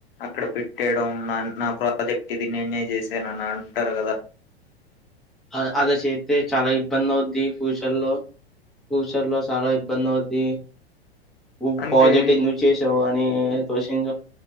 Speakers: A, on the left (about 60°); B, in the centre.
A: అక్కడ పెట్టేయడం నా నా ప్రాజెక్ట్ ఇది నేనే చేసాను అని అంటారు కదా
B: ఆ అదా చేతే చాలా ఇబ్బంది అవుద్ది ఫ్యూచర్లో ఫ్యూచర్లో చాలా ఇబ్బంది అవుద్ది ఉ
A: అంటే
B: పాజెట్ ఎందుకు చేసావ్ అని తోషన్